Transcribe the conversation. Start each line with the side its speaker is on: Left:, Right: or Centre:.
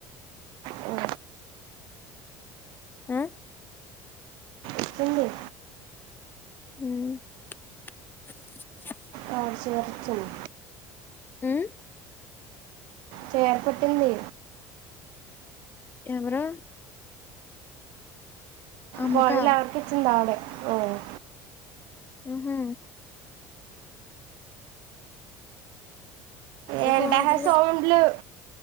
Right: ఆ,
Left: అ..
Right: ఇచ్చింది
Left: మ్
Right: ఫాస్టర్ గారికిచ్చింది.
Left: మ్
Right: చీర పెట్టింది
Left: ఎవరు అమ్మకా
Right: గాజులు ఆవిడికే ఇచ్చింది ఆమె మ్
Left: మ్ హు
Right: ఏంటా
Left: గాజులు
Right: హే సౌండ్లు